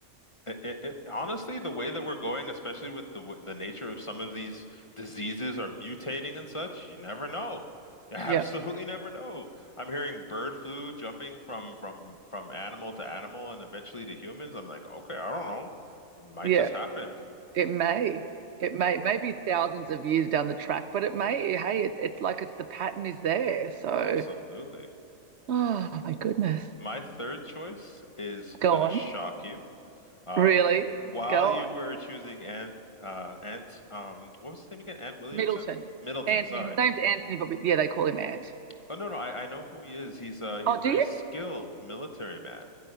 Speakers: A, on the left; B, on the right.
A: It, it, it- honestly, the way that we're going, especially with the w- the nature of some of these diseases are mutating and such, you never know. <laughs> You absolutely
B: Yeah,
A: never know. I'm hearing bird flu jumping from from from animal to animal and eventually to humans. I'm like, okay, I don't know. It might
B: yeah.
A: just happen.
B: It may. It may. Maybe thousands of years down the track, but it may. Hey, it, it's it, like it, the pattern is there. So,
A: Absolutely.
B: <sighs> oh my goodness.
A: My third choice is
B: Go
A: gonna
B: on.
A: shock you. Um,
B: Really?
A: while
B: Go
A: you
B: on.
A: were choosing Ant, uh, Ant, um, what was his name again? Ant Williamson?
B: Middleton.
A: Middleton,
B: Anthony.
A: sorry.
B: His name's Anthony, but we, yeah, they call him Ant.
A: Oh no, no, I, I know who he is. He's uh he's
B: Oh,
A: very
B: do you?
A: skilled military man,